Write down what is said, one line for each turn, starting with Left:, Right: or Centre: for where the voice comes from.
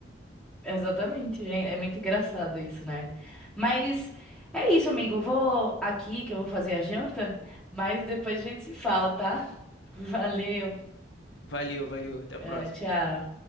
Centre: Exatamente, é, é muito engraçado isso, né? Mas é isso, amigo. Eu vou aqui que eu vou fazer a janta, mas depois a gente se fala, tá? <laughs> Valeu,
Left: Valeu, valeu. Até a
Centre: É,
Left: próxima.
Centre: tchau.